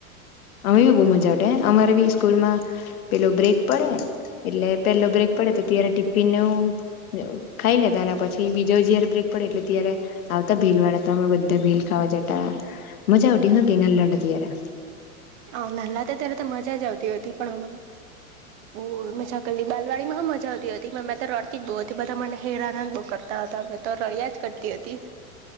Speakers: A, on the left; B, on the right.
A: અમે બી બહ મજા અમારે બી સ્કૂલમાં પેલો બ્રેક પડે એટલે પેલો બ્રેક પડે તો ત્યારે ટિફિન નેવું ખાઈ લેતા અને પછી બીજા જયારે બ્રેક પડે એટલે ત્યારે આવતા ભેલ વાળા તમે બધા ભીલ ખાવા જતા મજા. મજા આવતી હતી નાદલા હતા ત્યારે.
B: હ નાલા હતા તો ત્યારે તો મજા જ આવતી હો હતી પણ હમ બ મજાક બાલવાડીમાં હ મજા આવતી હતી મે મેં રડતી જ બઉ હતી બધા મને હેરાન બો કરતા. મેતો રડીયા જ કરતી હતી